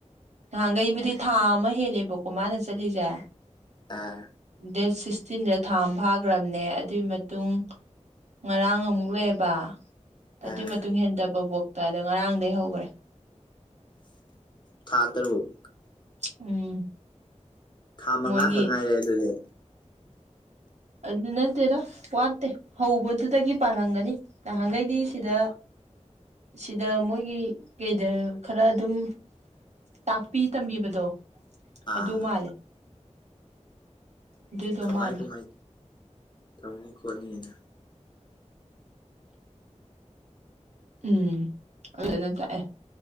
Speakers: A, on the right; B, on the left.
A: ꯅꯍꯥꯟꯒꯩꯕꯨꯗꯤ ꯊꯥ ꯑꯃ ꯍꯦꯜꯂꯦꯕꯀꯣ ꯃꯥꯅ ꯆꯠꯂꯤꯁꯦ
B: ꯑꯥ
A: ꯗꯦꯠ ꯁꯤꯛꯁꯇꯤꯟꯗ ꯊꯥ ꯑꯃ ꯐꯥꯈ꯭ꯔꯕꯅꯦ ꯑꯗꯨꯏ ꯃꯇꯨꯡ ꯉꯔꯥꯡ ꯑꯃꯨꯛ ꯂꯩꯌꯦꯕ ꯑꯗꯨꯏ
B: ꯑꯥ
A: ꯃꯇꯨꯡ ꯍꯦꯟꯗꯕ ꯕꯣꯛꯇ ꯑꯗꯣ ꯉꯔꯥꯡꯗꯩ ꯍꯧꯈ꯭ꯔꯦ
B: ꯊꯥ ꯇꯔꯨꯛ
A: ꯎꯝ
B: ꯊꯥ ꯃꯉꯥꯈꯛ
A: ꯃꯣꯏꯒꯤ
B: ꯉꯥꯏꯔꯦ ꯑꯗꯨꯗꯤ
A: ꯑꯗꯨ ꯅꯠꯇꯦꯗ ꯋꯥꯠꯇꯦ ꯍꯧꯕꯗꯨꯗꯒꯤ ꯄꯥꯜꯔꯝꯒꯅꯤ ꯅꯍꯥꯟꯒꯩꯗꯤ
B: ꯑꯣ
A: ꯁꯤꯗ ꯁꯤꯗ ꯃꯣꯏꯒꯤ ꯀꯩꯗ ꯈꯔ ꯑꯗꯨꯝ ꯇꯥꯛꯄꯤ ꯇꯝꯕꯤꯕꯗꯣ
B: ꯑꯥ
A: ꯑꯗꯨ ꯃꯥꯜꯂꯦ ꯑꯗꯨꯗꯣ
B: ꯀꯃꯥꯏ
A: ꯃꯥꯜꯂꯦ
B: ꯀꯃꯥꯏ ꯇꯧꯔꯝꯅꯤ ꯈꯣꯠꯅꯤꯅ
A: ꯎꯝ ꯑꯗꯨꯗꯨꯅ ꯇꯥꯛꯑꯦ